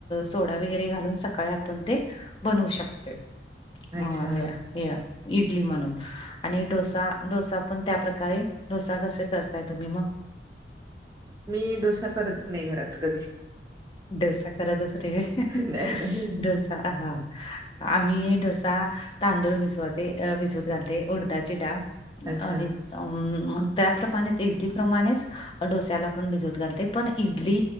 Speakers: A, on the left (about 30°); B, on the right (about 20°).
A: सोडा वगैरे घालून सका काय आपण ते बनवू शकतोय
B: अच्छा.
A: अ हे इडली म्हणून आणि डोसा डोसा पण त्या प्रकारे डोसा कसे करताय तुम्ही म?
B: मी डोसा करतच नाही घरात कधी
A: डोसा करतच नाही होय
B: नाही, नाही.
A: डोसा हा‌ आम्ही डोसा, तांदूळ भिजवाते भिजवत घालते उडदाची डाळ
B: अच्छा.
A: आणि अं त्याप्रमाणेच इडली प्रमाणेच डोस्याला पण भिजवत घालते पण इडली